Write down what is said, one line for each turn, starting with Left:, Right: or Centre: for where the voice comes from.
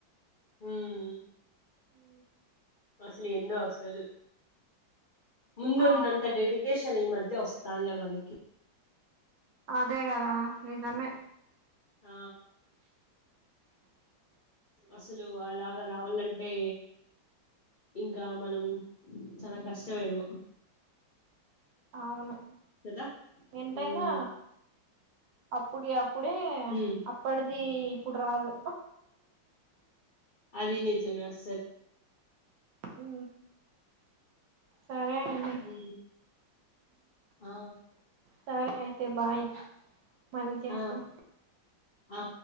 Left: ఉమ్.
Right: ఉ
Left: అసలు ఎందొ అసలు. ముందున్నంత
Right: అవును
Left: డెడికేషన్ ఈ మధ్య వస్తానులే మనకి.
Right: అదే కదా నిజమే.
Left: ఆ. అసలు అలాగ రావాలంటే. ఇంకా మనం చాల కష్టమేమో.
Right: అవును
Left: కదా
Right: ఎంతైనా
Left: ఉమ్
Right: అప్పుడి అప్. ప్పుడే
Left: ఉమ్
Right: అప్పడిది ఇప్పుడు రాదు.
Left: అది నిజమే అస్సలు.
Right: ఊ సరే అండి
Left: ఊ ఆ
Right: సరే అయితే బాయ్ మళ్ళీ చేస్తా
Left: ఆ ఆ